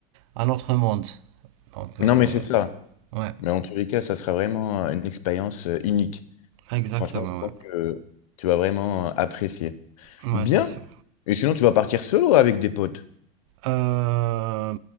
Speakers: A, on the right; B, on the left.
A: un autre monde. Donc, euh,
B: Non, mais c'est ça.
A: ouais,
B: Mais en tous les cas, ça sera vraiment euh, une expérience euh, unique.
A: exactement,
B: Franchement, je pense
A: ouais.
B: que tu vas vraiment euh, apprécier.
A: Ouais,
B: Bien.
A: c'est sûr.
B: Et sinon, tu vas partir solo avec des potes?
A: Euh,